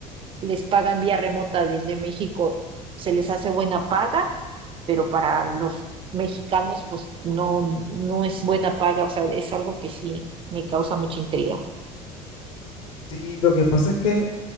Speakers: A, on the right; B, on the left.
A: les pagan vía remota desde México se les hace buena paga pero para los mexicanos, pues no, no es buena paga, o sea, es algo que sí me causa mucha intriga.
B: Sí, lo que pasa es que,